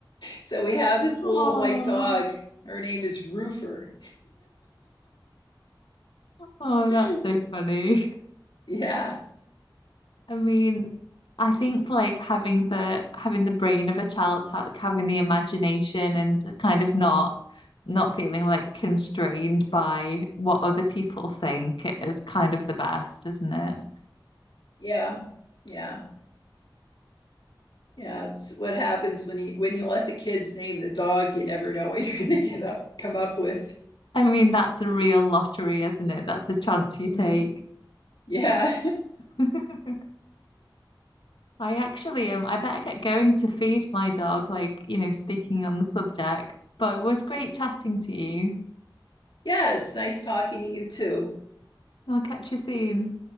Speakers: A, on the left; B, on the left.
A: so we have this
B: oh,
A: little white dog. Her name is Roofer.
B: oh,
A: <laughs>
B: that's so funny.
A: yeah,
B: I mean, I think like having the having the brain of a child, ha- like having the imagination and kind of not not feeling like constrained by what other people think is kind of the best, isn't it?
A: yeah, yeah, yeah. It's what happens when you when you let the kids name the dog. You never know what <laughs> you're going to get up come up with.
B: I mean, that's a real lottery, isn't it? That's a chance you
A: Mm,
B: take.
A: Yeah,
B: <laughs> I actually um I better get going to feed my dog, like, you know, speaking on the subject. But it was great chatting to you.
A: <laughs> yes. Nice talking to you too.
B: I'll catch you soon.